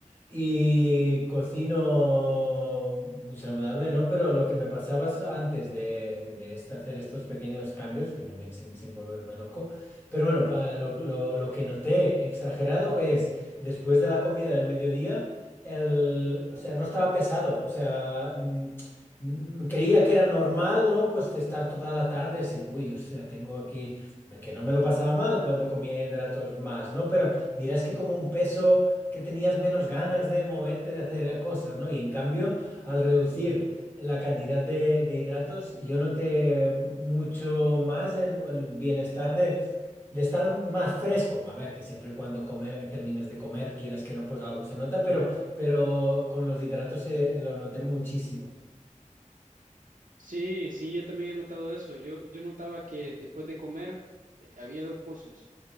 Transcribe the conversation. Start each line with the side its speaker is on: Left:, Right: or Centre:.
Left: Y cocino muy saludable, ¿no? Pero lo que me pasaba es antes de, de este- hacer estos pequeños cambios, que también sin, sin volverme loco, pero bueno, pa- lo, lo- lo que noté exagerado es después de la comida del mediodía, el, o sea, no estaba pesado, o sea, mm, mm, creía que era normal, ¿no? Pues de estar toda la tarde así, uy, o sea, tengo aquí, que no me lo pasaba mal cuando comía hidratos más, ¿no? Pero dirás que como un peso que tenías menos ganas de moverte, de hacer cosas, ¿no? Y en cambio, al reducir la cantidad de, de hidratos, yo noté mucho más en el bienestar de, de estar más fresco. A ver, que siempre y cuando comer, termines de comer, quieras que no, pues algo se nota, pero, pero con los hidratos se, lo noté muchísimo.
Right: Sí, sí, yo también he notado eso. Yo, yo notaba que después de comer eh, había dos cosas.